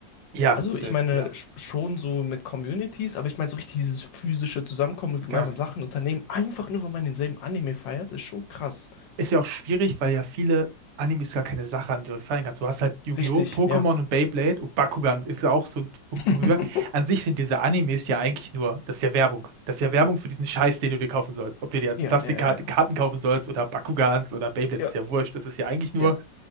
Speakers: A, on the right; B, on the left.
A: Ja,
B: Also
A: safe,
B: ich meine
A: ja,
B: sch- schon so mit Communities, aber ich meine so richtig dieses physische Zusammenkommen und gemeinsam
A: genau.
B: Sachen unternehmen, einfach nur weil man denselben Anime feiert, ist schon krass.
A: ist ja auch schwierig, weil ja viele Animes gar keine Sache an die du fallen kannst. Du hast halt Yu-Gi-Oh!,
B: Richtig,
A: Pokémon
B: ja.
A: und Beyblade und Bakugan ist ja auch so ein Punkt
B: <laughs>
A: von rüber. An sich sind diese Animes ja eigentlich nur, das ist ja Werbung. Das ist ja Werbung für diesen Scheiß, den du dir kaufen sollst. Ob du dir jetzt
B: Ja,
A: Plastikkarten
B: ja, ja, ja.
A: kaufen sollst oder Bakugans oder Beyblades,
B: Ja,
A: ist ja wurscht. Das ist ja eigentlich nur,
B: ja.